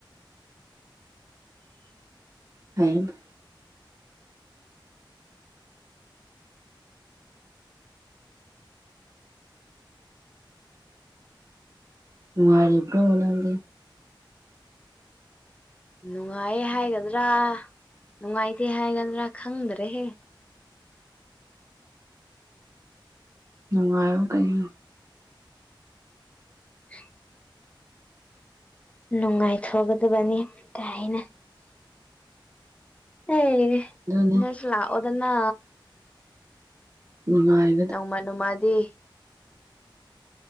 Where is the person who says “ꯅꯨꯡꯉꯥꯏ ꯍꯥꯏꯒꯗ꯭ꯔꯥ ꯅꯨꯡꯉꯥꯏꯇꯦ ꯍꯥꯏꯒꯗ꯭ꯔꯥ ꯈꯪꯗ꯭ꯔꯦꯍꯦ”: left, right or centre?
Left